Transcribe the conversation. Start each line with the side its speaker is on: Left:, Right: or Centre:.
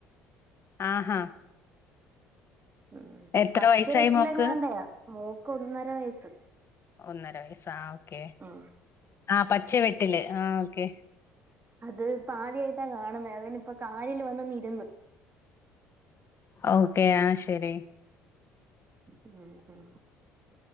Left: ആഹാ
Right: ഉം
Left: എത്ര
Right: പച്ച
Left: വയസ്സായി
Right: വെട്ടിലങ്ങാണ്ടയാ
Left: മോക്ക്
Right: മോക്ക് ഒന്നര വയസ്സ്
Left: ഒന്നര വയസ്സാ ഓക്കേ
Right: ആഹ്
Left: ആഹ് പച്ച വെട്ടില് ആഹ് ഓക്കെ
Right: അത്പ്പ ആദ്യായിട്ടാ കാണുന്നത് അതിനിപ്പോ കാലിൽ വന്ന് ഇരുന്ന്
Left: ഓക്കേ ആഹ് ശെരി
Right: ഉം ഉം